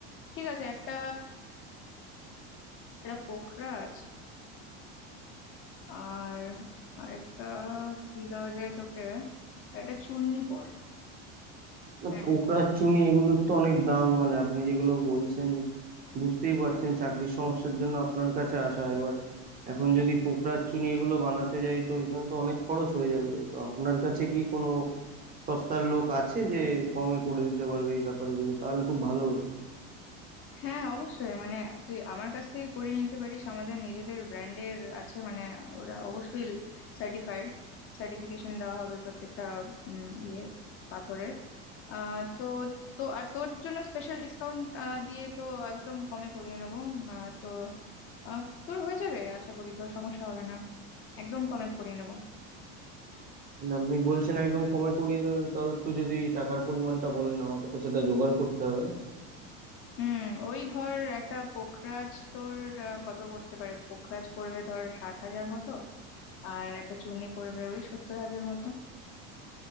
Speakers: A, on the left; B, on the right.
A: ঠিক আছে একটা এটা পোখরাজ আর আরেকটা কি দেওয়া যায় তোকে একটা চুন্নি পর
B: না
A: হ্যাঁ
B: পোকড়া চুনি এগুলোর তো অনেক দাম মানে আপনি যেগুলো বলছেন বুঝতেই পারছেন চাকরির সমস্যার জন্য আপনার কাছে আসা এবার এখন যদি পোকড়া চুনি এগুলো বানাতে যাই তো এখানে তো অনেক খরচ হয়ে যাবে তো আপনার কাছে কি কোনো সস্তার লোক আছে যে কমে করে দিতে পারবে এই ব্যাপারগুলো তাহলে খুব ভালো হতো
A: হ্যাঁ অবশ্যই মানে তুই আমার কাছ থেকে করে নিতে পারিস আমাদের নিজেদের ব্র্যান্ডের আছে মানে ওরা অবশ্যই সার্টিফাইড সার্টিফিকেশন দেওয়া হবে প্রত্যেকটা উম, ইয়ের পাথরের আহ তো তো আর তোর জন্য স্পেশাল ডিসকাউন্ট দিয়ে তো একদম কমে করিয়ে নেবো উম, আহ, তো আহ, তোর হয়ে যাবে আশা করি তোর সমস্যা হবে না একদম কমে করিয়ে নেবো
B: মানে আপনি বলছেন একদম কমে করিয়ে দেবেন তাও একটু যদি টাকার পরিমাণটা বলেন আমাকে তো সেটা জোগাড় করতে হবে না
A: হুম ওই ধর একটা পোখরাজ তোর আহ, কত পড়তে পারে পোখরাজ পড়বে ধর ষাট হাজার মতো আর একটা চুনি পড়বে ওই সত্তর হাজার মতো